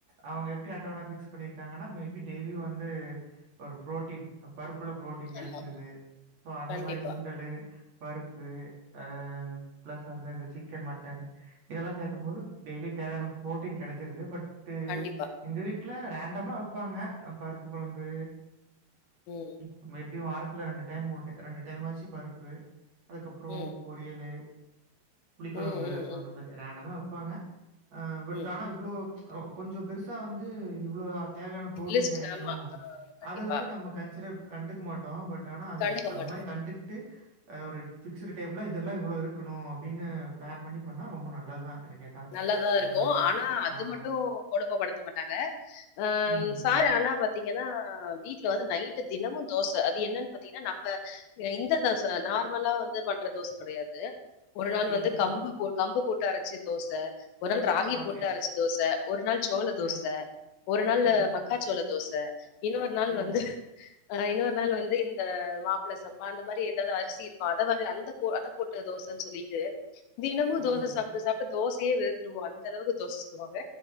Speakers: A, on the right; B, on the left.
A: அவ்ங்க எப்டி அட்டவண ஃபிக்ஸ் பண்ணிருக்காங்கன்னா மேபி டெய்லியு வந்து ஒரு புரோட்டீன் பருப்புல புரோட்டீன் கெடைச்சிருது
B: ஆமா
A: சோ அந்த
B: கண்டிப்பா
A: மாரி சுண்டலு பருப்பு அ பிளஸ் வந்து இந்த சிக்கன் மட்டன் இதெல்லா சே த்தும் போது டெய்லி தேவையான ப்ரோட்டீன் கெடைச்சிருது பட்டு
B: கண்டிப்பா
A: எங்க வீட்ல ரேண்டமா வெப்பாங்க பருப்பு குழம்பு
B: சேரி
A: நம்ம எப்டியு வாரத்துல ரெண்டு டைம் மூணு டை ரெண்டு டைம் ஆச்சி பருப்பு அதுக்கப்றோ
B: ம்
A: பொரியலு புளிக்கொழம்பு
B: ம் ம்
A: ரசோ
B: ம்
A: அந்த மாதிரி ரேண்டமா வப்பாங்க பட்
B: ம்
A: ஆனா இவ்ளோ கொஞ்சோ பெருசா வந்து இவ்ளோ தேவயான புரோட்டீன்
B: லிஸ்ட்
A: கெடக்கணு
B: ஆமா ஆ, கண்டிப்பா
A: அது வந்து நம்ம கன்சிடர் கண்டுக்க மாட்டோம் பட் ஆனா அது
B: கண்டுக்க
A: அந்த
B: மாட்டோம்
A: மாதிரி கண்டுட்டு ஒரு ஃபிக்ஸு டேப்லாம் இதெல்லாம் இவ்ளோ இருக்கணு அப்டின்னு ப்ளான் பண்ணி பண்ணா ரொம்ப நல்லது தா என கேட்டா
B: நல்லாதாருக்கும்
A: அந்த மாரி
B: ஆனா அது
A: ஆ.
B: மட்டும் இப்போ கொடும படுத்த மாட்டாங்க ஆ
A: ம், ம்.
B: சாரனா பா த்தீங்கன்னா வீட்ல வந்து நைட்டு தினமும் தோச அது என்னன்னு பாத்தீங்கன்னா நம்ம இந்த தோச நார்மலா வந்து பண்ற தோச கெடையாது ஒரு நாள் வந்து
A: ம்ஹ்ம்.
B: கம்பு போ கம்பு போட்டு அரச்சு தோச ஒரு நாள் ராகி
A: ஓகே.
B: போட்டு அரச்சு தோச ஒரு நாள் சோள
A: ம்.
B: தோச ஒரு நாள்
A: ம்ஹ்ம்.
B: மக்கா சோள தோச இன்னொரு நாள்
A: ம். ம்.
B: வந்து ஆ இன்னொரு நாள் வந்து இந்த மாப்ள சம்பா அந்த மாதிரி ஏதாவது அரிசிருக்கு அத வந்து அத போட்டு தோன்னு சொல்லி ட்டு தினமு
A: ம்
B: தோச சாப்ட்டு சாப்ட்டு தோசயே வெறுத்துருவோ அந்த அளவுக்கு தோச சுடுவாங்க